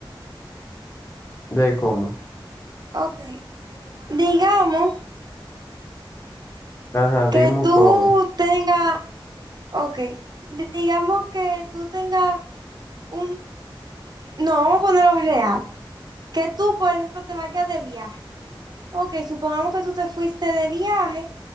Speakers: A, on the left (about 30°); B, on the right (about 50°).
A: ¿De cómo?
B: Ok, digamos
A: Ajá, dime
B: que tú
A: cómo.
B: tengas, ok, digamos que tú tengas un, no, vamos a ponerlo real, que tú, por ejemplo, te vayas de viaje. Ok, supongamos que tú te fuiste de viaje